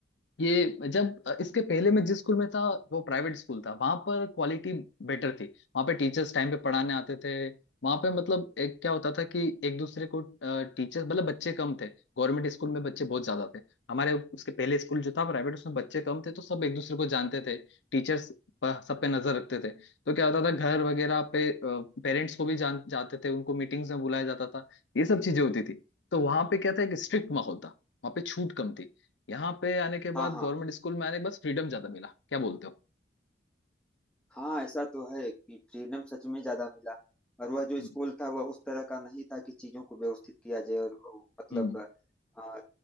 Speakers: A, on the left (about 80°); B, in the centre.
A: ये जब इसके पहले मैं जिस स्कूल में था वो प्राइवेट स्कूल था वहां पर क्वालिटी बेटर थी वहां पे टीचर्स टाइम पे पढ़ाने आते थे वहां पे मतलब एक क्या होता था कि एक दूसरे को टीचर्स मतलब बच्चे कम थे गवर्नमेंट स्कूल में बच्चे बहुत ज्यादा थे हमारे उसके पहले स्कूल जो था प्राइवेट उसमें बच्चे कम थे तो सब एक दूसरे को जानते थे टीचर्स सब पे नजर रखते थे तो क्या होता था घर वगैरह पे पेरेंट्स को भी जान जाते थे उनको मीटिंग्स में बुलाया जाता था ये सब चीजें होती थी तो वहां पे क्या था एक स्ट्रिक्ट माहौल था वहां पे छूट कम थी यहाँ पे आने के
B: हाँ
A: बाद
B: हाँ
A: गवर्नमेंट स्कूल में आने के बाद फ्रीडम ज्यादा मिला क्या बोलते हो
B: हाँ ऐसा तो है कि फ्रीडम सच में ज्यादा मिला और वह जो
A: हम्म
B: स्कूल था वह उस तरह का नहीं था कि चीजों को व्यवस्थित किया जाए और मतलब
A: हम्म
B: आ,